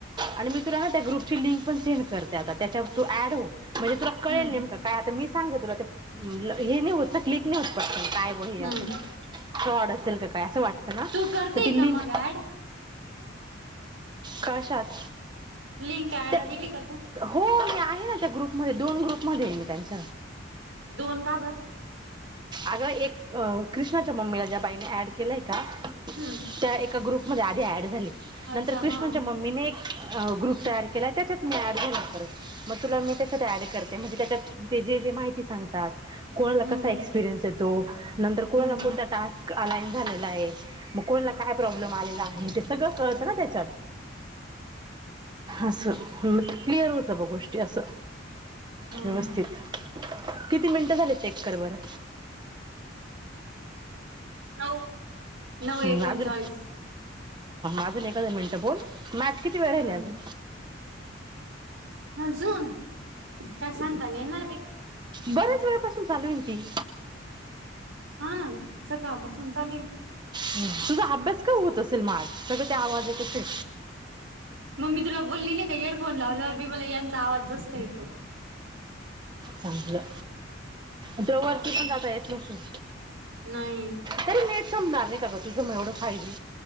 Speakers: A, on the right (about 25°); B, on the right (about 80°).
A: आणि मी तुला ना त्या ग्रुपची लिंक पण सेंड करते आता त्याच्यावर तू ऍड हो म्हणजे तुला कळेल
B: हम्म
A: नेमकं काय आता मी सांगते तुला ते हे नाही होत ना क्लिक न्यूज पडते काय ब
B: हम्म
A: असं फ्रॉड असेल का काय असं वाटतं ना
B: तू करते
A: तर ती
B: का
A: लिंक
B: मग ऍड
A: कशात
B: लिंक ऍड
A: त्या
B: केली का तू
A: हो मी आहे ना त्या ग्रुपमध्ये दोन ग्रुपमध्ये आहे मी त्यांच
B: दोन का बर
A: अग एक कृष्णाच्या मम्मीला ज्या बाईने ॲड केलंय का
B: हम्म
A: त्या एका ग्रुपमध्ये आधी ऍड झाली
B: अच्छा
A: नंतर कृष्णच्या
B: हा
A: मम्मीने अ ग्रुप तयार केलाय त्याच्यात मी ऍड झाला परत मग तुला मी त्याच्यात ऍड करते म्हणजे त्याच्यात ते जे जे माहिती सांगतात कोणाला
B: हम्म
A: कसा एक्सपिरियन्स येतो नंतर कोणाला
B: हम्म
A: कोणता टास्क अ लाईन झालेला आहे मग कोणाला काय प्रॉब्लेम आलेला आहे ते सगळं कळतं ना त्याच्यात असं क्लिअर होतं ब गोष्टी असं.
B: हम्म
A: व्यवस्थित, किती मिनिटं झाले चेक कर बरं?
B: नऊ नऊ
A: हम्
B: एकोणचाळीस
A: अजून अजून एकादा मिनिटं बोल, मॅच किती वेळ राहिले
B: हा
A: अजून?
B: अजून काय सांगता नाही येणार बाई.
A: बऱ्याच वेळपासून चालूये ना ती.
B: हा ना ग सकाळपासून चालीय
A: ह तुझा अभ्यास काय होत असेल मग आज सगळं ते आवाज येत असेल?
B: मग् मी तुला बोलली नाही का हेडफोन लावल्यावर बी मला यांचा आवाज जास्त येतो.
A: चांगलं दड वरती
B: हा.
A: पण जाता येत नसेल
B: नाही
A: तरी नेट संपणार नाही का गं तुझं मग एवढं फाय जी?